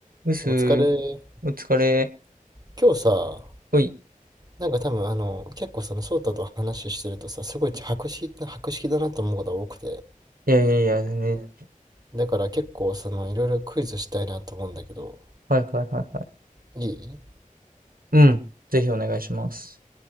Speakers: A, on the right (about 85°); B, on the right (about 25°).
A: うすー、
B: お疲れ。
A: お疲れ。
B: 今日さ、
A: おい。
B: なんか多分あの、結構その翔太と話してるとさ、すごい博識な、博識だなと思うことが多くて。
A: いやいやいや、全然。
B: だから結構その、いろいろクイズしたいなと思うんだけど、
A: はいはいはいはい。
B: いい
A: うん。ぜひお願いします。